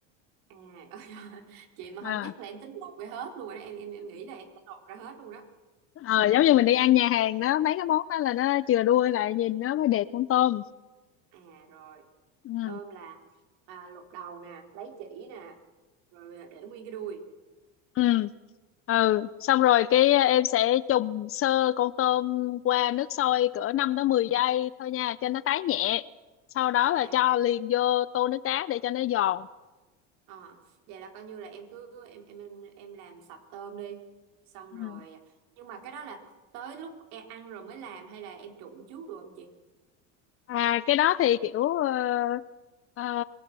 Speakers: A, on the right; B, on the left.
A: à <laughs> ôi giời, chị mà không
B: à,
A: nhắc là em tính lột ra hết luôn rồi đó em em em nghĩ là em sẽ lột ra hết luôn đó
B: ờ, giống như mình đi ăn nhà hàng đó mấy cái món đó là nó chừa đuôi lại nhìn nó mới đẹp con tôm
A: à rồi
B: ừ.
A: tôm là à, lột đầu nè lấy chỉ nè rồi à, để nguyên cái đuôi
B: ừ ừ xong rồi cái ờ, em sẽ trùng sơ con tôm qua nước sôi cỡ 5 tới 10 giây thôi nha cho nó tái nhẹ sau đó là
A: à
B: cho liền vô tô nước đá để cho nó giòn
A: ờ, vậy là coi như là em cứ em em em em làm sạch tôm đi xong
B: ừ.
A: rồi à, nhưng mà cái đó là tới lúc em ăn rồi mới làm hay là em trụng trước được không chị
B: à cái đó thì kiểu ờ, ờ,